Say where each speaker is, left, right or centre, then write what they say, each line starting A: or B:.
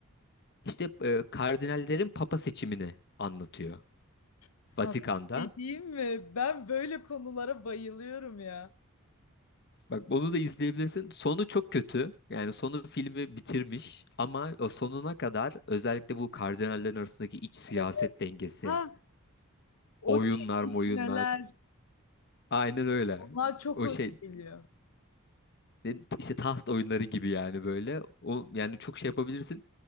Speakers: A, on the left (about 50°); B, on the left (about 80°).
A: İşte e, kardinallerin Papa seçimini anlatıyor.
B: Sana
A: Vatikan'da.
B: bir şey diyeyim mi? Ben böyle konulara bayılıyorum ya.
A: Bak onu da izleyebilirsin. Sonu çok kötü. Yani sonu filmi bitirmiş ama o sonuna kadar özellikle bu kardinallerin arasındaki iç siyaset
B: Evet.
A: dengesi,
B: Ha, o
A: oyunlar,
B: çekişmeler,
A: moyunlar. Aynen öyle.
B: onlar çok
A: O
B: hoş
A: şey
B: geliyor.
A: ne- işte taht oyunları gibi yani böyle. O yani çok şey yapabilirsin.